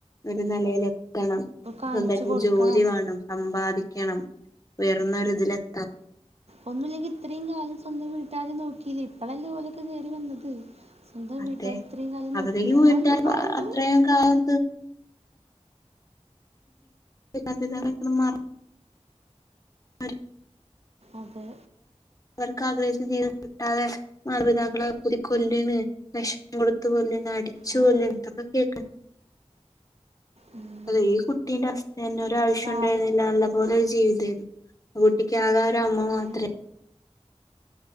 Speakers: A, on the left; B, on the right.
A: ഒരു നിലൽെക്കണം
B: കാണിച്ചു
A: സ്വന്തമായിട്ട ഒരു
B: കൊടുക്കണം
A: ജോലി വേണം സമ്പാദിക്കണം ഉയർന്നൊരി ഇതിലെത്താം
B: ഒന്നുമില്ലെങ്കി ഇത്രയും കാലം സ്വന്തം വീട്ടാരും നോക്കിയില്ലേ ഇപ്പഴല്ലേ പോലെയൊക്കെ കയറി വന്നത് സ്വന്തം
A: അതെ
B: വീട്ടുകാര ഇത്രയും കാലം
A: അവരേക്കും
B: നോക്കില്ല
A: വീട്ടുകാർ
B: ആ ഒരു ആ ഒരു-
A: അത്രയും കാലം തക്ക മാറ <unintelligible> അ
B: അത്
A: വർക്ക ആ്രെ <unintelligible> കിട്ടാതെ മാതപിതാക്കളെ കുതി കൊല്ലണ് വിഷം കൊടുത്തു കൊല്ല- അടിച്ചു
B: ആ
A: പോല എന്തൊക്കെ കേക്കാം
B: ആ
A: അത ഈ കുട്ടീന്റെ അവസ്ഥ തന്നെ ഒരു
B: ഇപ്പം
A: ആവശ്യം
B: കാല
A: ഉണ്ടായിരുന്നില്ല നല്ലപോലെ ഒരു ജീവിതമായിരുന്നു കുട്ടിക്ക ആകെ ഒരു അമ്മ മാ <unintelligible>
B: ഉ